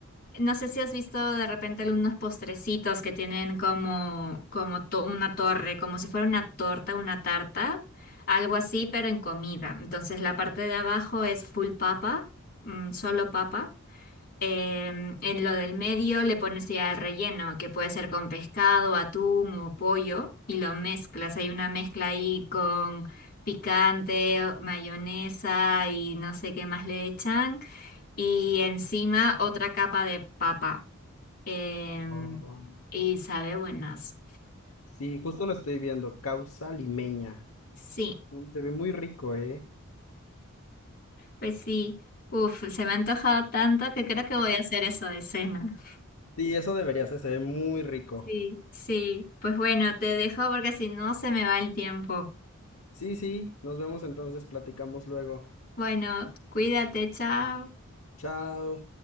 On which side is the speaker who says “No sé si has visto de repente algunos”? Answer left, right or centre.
Left